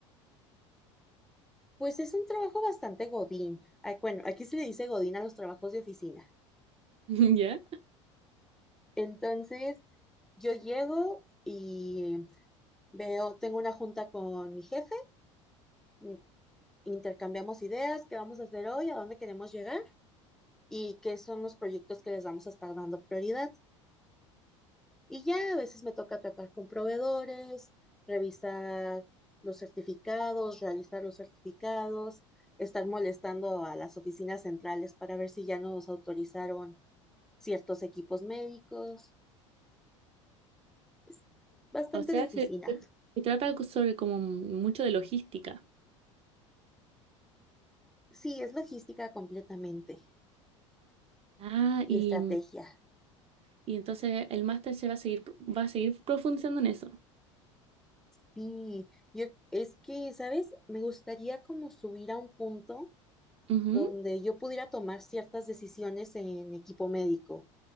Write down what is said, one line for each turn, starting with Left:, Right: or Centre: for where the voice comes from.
Centre: Pues es un trabajo bastante godín. Ah, Bueno, aquí se le dice godín a los trabajos de oficina.
Right: <laughs> ¿Ya?
Centre: Entonces, yo llego y veo, tengo una junta con mi jefe, mm, intercambiamos ideas, qué vamos a hacer hoy, a dónde queremos llegar y qué son los proyectos que les vamos a estar dando prioridad. Y ya a veces me toca tratar con proveedores, revisar los certificados, realizar los certificados, estar molestando a las oficinas centrales para ver si ya nos autorizaron ciertos equipos médicos. Es bastante
Right: O sea,
Centre: de oficina.
Right: se, se- se trata co- sobre como mucho de logística.
Centre: Sí, es logística completamente
Right: Ah,
Centre: y
Right: y
Centre: estrategia.
Right: Y entonces el máster se va a seguir, va a seguir profundizando en eso.
Centre: Sí, yo es que, ¿sabes? Me gustaría como subir a un punto
Right: Ujú.
Centre: donde yo pudiera tomar ciertas decisiones en equipo médico